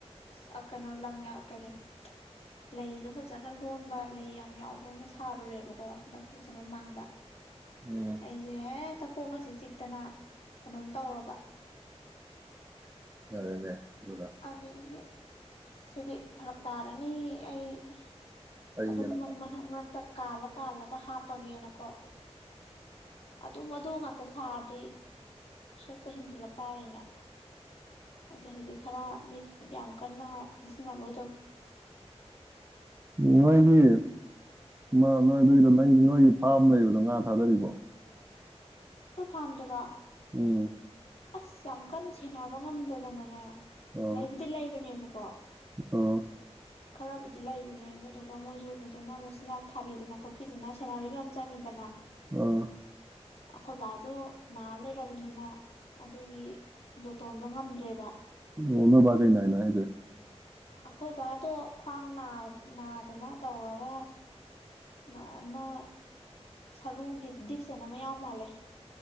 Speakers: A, on the left; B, on the right.
A: ꯑꯁ ꯑꯥ ꯀꯩꯅꯣ ꯂꯪ ꯌꯥ ꯀꯔꯤ ꯂꯩꯗꯣ ꯐꯖꯅ ꯂꯣꯟꯕ ꯂꯩ ꯌꯥꯝ ꯌꯥꯎꯕ ꯑꯃ ꯁꯥꯔꯨꯔꯦꯕꯀꯣ ꯍꯟꯗꯛꯀꯤꯁꯦ ꯃꯃꯥꯡꯗ
B: ꯎꯝ
A: ꯑꯩꯁꯦ ꯍꯦꯛꯇ ꯀꯣꯛꯀꯁꯦ ꯆꯤꯛꯇꯅ ꯀꯩꯅꯣꯝ ꯇꯧꯔꯕ
B: ꯐꯔꯦꯅꯦ ꯑꯗꯨꯒ
A: ꯑꯗꯨꯗꯒꯤ ꯁꯤꯗꯤ ꯐꯔꯛ ꯇꯥꯔꯅꯤ ꯑꯩ ꯑ꯭ꯍ
B: ꯑꯩ
A: ꯑꯗꯨꯝ ꯃ ꯃꯔꯛ ꯃꯔꯛꯇ ꯀꯥꯜꯂ ꯀꯥꯜꯂꯒ ꯍꯥꯞ ꯄꯒꯦꯅꯀꯣ ꯑꯗꯨꯝ ꯑꯗꯨ ꯉꯥꯛꯇ ꯁꯥꯔꯗꯤ ꯁꯣꯛꯄ ꯍꯦꯟꯖꯤꯜꯂꯛꯇꯥꯥꯔꯦꯅꯦ ꯑꯩꯖꯦ ꯍꯧꯖꯤꯛ ꯈꯔ ꯃꯤꯠ ꯌꯥꯝ ꯀꯟꯅ ꯅ ꯁꯤꯖꯤꯟꯅꯧꯔꯨ
B: ꯃꯣꯏꯒꯤ ꯅ ꯅꯣꯏ ꯑꯗꯨꯏꯗꯣ ꯂꯩ ꯅꯣꯏꯒꯤ ꯐꯥꯔꯝ ꯂꯩꯕꯗꯣ ꯉꯥ ꯊꯥꯗꯔꯤꯕꯣ
A: ꯑꯩꯈꯣꯏ ꯐꯥꯝꯗꯨꯔꯣ
B: ꯎꯝ
A: ꯑꯁ ꯌꯥꯝ ꯀꯟꯅ ꯁꯦꯟꯅꯕ ꯉꯝꯗꯗꯅꯅꯦ
B: ꯑꯥ
A: ꯂꯩꯕꯨꯗꯤ ꯂꯩꯕꯅꯦꯕꯀꯣ
B: ꯑꯥ
A: ꯈꯔꯕꯨꯗꯤ ꯂꯩꯕꯅꯦ ꯑꯗꯨꯗꯨꯒ ꯃꯣꯏꯁꯨ ꯐꯖꯅ ꯃꯆ ꯅꯥꯥꯛ ꯊꯥꯕꯤꯗꯅ ꯈꯣꯠꯄꯤꯗꯅ ꯆ <unintelligible> ꯆꯪꯉꯤꯗꯅ
B: ꯑꯥ
A: ꯑꯩꯈꯣꯏ ꯕꯥꯁꯨ ꯅꯥ ꯂꯩꯔꯕꯅꯤꯅ ꯑꯗꯨꯒꯤ ꯖꯣꯇꯣꯟꯗꯣ ꯉꯝꯗ꯭ꯔꯦꯕ
B: ꯑꯣ ꯅꯣꯏꯕꯗꯤ ꯒꯩ ꯅꯥꯏꯅꯣ ꯍꯥꯏꯖꯦ
A: ꯑꯩꯈꯣꯏ ꯕꯥꯗꯣ ꯈ꯭ꯋꯥꯡ ꯅꯥ ꯅꯥꯗꯅ ꯇꯧꯔꯒ ꯃ ꯑꯃ ꯁꯔꯨꯒꯤ ꯗꯤꯛꯁ ꯍꯥꯏꯅ ꯑꯃ ꯌꯥꯎ ꯃꯥꯜꯂꯦ